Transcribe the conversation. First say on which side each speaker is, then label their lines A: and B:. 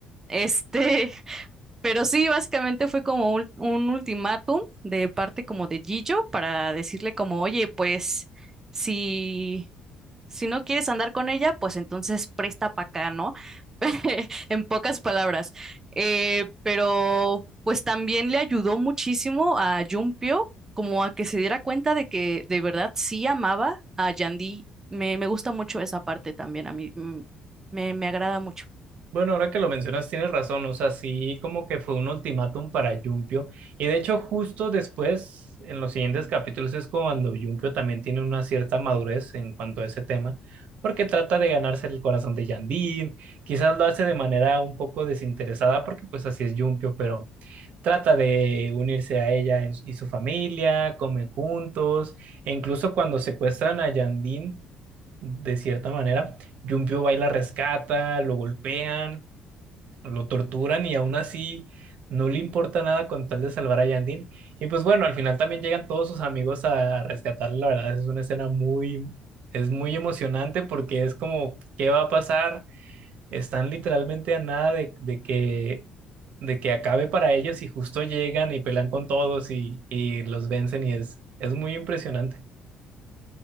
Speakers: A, on the right (about 20°); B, on the right (about 65°).
A: Este, <laughs> pero sí, básicamente fue como un, un ultimátum de parte como de Gillo para decirle como, oye, pues... Si si no quieres andar con ella, pues entonces presta para acá, ¿no? <laughs> En pocas palabras. Eh, pero pues también le ayudó muchísimo a Jumpio como a que se diera cuenta de que de verdad sí amaba a Yandy. Me, me gusta mucho esa parte también, a mí mm, me, me agrada mucho.
B: Bueno, ahora que lo mencionas, tienes razón. O sea, sí, como que fue un ultimátum para Yumpio. Y de hecho, justo después, en los siguientes capítulos, es cuando Yumpio también tiene una cierta madurez en cuanto a ese tema, porque trata de ganarse el corazón de Yandín. Quizás lo hace de manera un poco desinteresada, porque pues así es Yumpio, pero trata de unirse a ella en- y su familia, comen juntos, e incluso cuando secuestran a Yandín, de cierta manera. Yumpio va y la rescata, lo golpean, lo torturan y aún así no le importa nada con tal de salvar a Yandin. Y pues bueno, al final también llegan todos sus amigos a rescatarle. La verdad es una escena muy, es muy emocionante porque es como, ¿qué va a pasar? Están literalmente a nada de, de que, de que acabe para ellos y justo llegan y pelean con todos y, y los vencen y es, es muy impresionante.